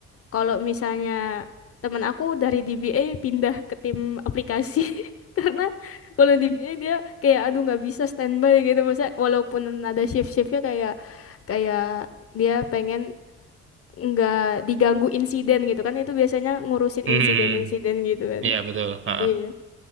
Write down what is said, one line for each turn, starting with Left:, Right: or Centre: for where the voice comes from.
Left: kalau misalnya teman aku dari DBA pindah ke tim aplikasi <laughs> karena kalau DBA dia kayak aduh nggak bisa standby gitu maksudnya walaupun ada shift-shiftnya kayak kayak dia pengen nggak diganggu insiden gitu kan itu biasanya ngurusin
Right: Mhm.
Left: insiden-insiden gitu kan
Right: Iya betul. Ha-ha.
Left: iya